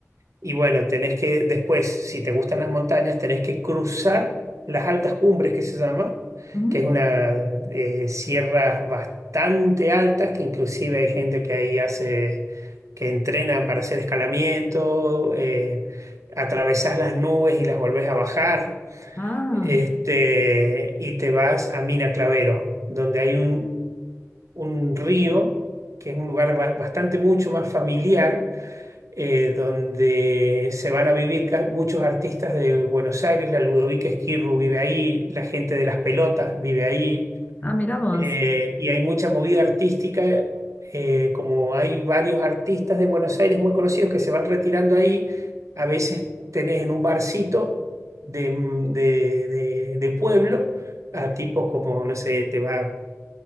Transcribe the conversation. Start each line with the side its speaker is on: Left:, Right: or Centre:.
Right: Y bueno, tenés que después, si te gustan las montañas, tenés que cruzar las altas cumbres que se llama,
Left: Ujú.
Right: que es una eh, sierras bastante altas, que inclusive hay gente que ahí hace, que entrena para hacer escalamiento, eh, atravesás las nubes y las volvés a bajar,
Left: Ah,
Right: este, y te vas a Mina Clavero, donde hay un, un río, que es un lugar ba- bastante mucho más familiar eh, donde se van a vivir ca- muchos artistas de Buenos Aires, la Ludovica Esquirru vive ahí, la gente de las pelotas vive ahí,
Left: ah, mirá vos.
Right: eh, y hay mucha movida artística, eh, como hay varios artistas de Buenos Aires muy conocidos que se van retirando ahí, a veces tenés en un barcito de, de- de- de pueblo a tipos como, no sé, te va...